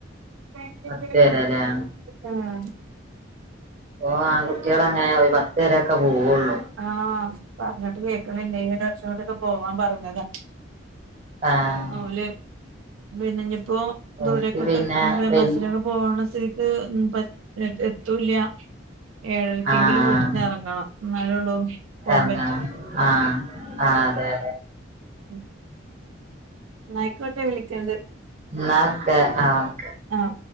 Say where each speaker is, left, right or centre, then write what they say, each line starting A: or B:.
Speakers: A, on the right; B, on the right.
A: <unintelligible>
B: പത്ത് വരെല്ലേ ഓ ആ കുട്ടികളങ്ങെ ഒരു പത്ത് വ രൊക്കെ പോവുള്ളു....
A: ആഹ പറഞ്ഞിട്ട് കേക്ണില്ലേയ് പിന്നെ ഈ ഒരു വർഷം കുടി പോവാൻ പറഞ്ഞതാ......
B: ആഹ.....
A: ഓല് പിന്നെഞ്പ്പോ
B: ഓൽക്ക്
A: ദൂരക്കൊക്കെ
B: പിന്നെ വൽ
A: ബസിലൊ പോണ സേക്ക് പ എത്തൂല്ല ഏഴരക്കെങ്കിലും
B: ആഹ്
A: വീട്ട്ന്ന് എറങ്ങണം എന്നാലൊള്ളു പോവാൻ
B: എറങ്ങണം
A: പറ്റ
B: ആഹ് ആഹ് അതെ അതെ
A: ഉം ന്നാ അയിക്കോട്ടെ വിളിക്കണ്ട്
B: ന്നാ ഒക്കെ ആഹ്
A: ആഹ്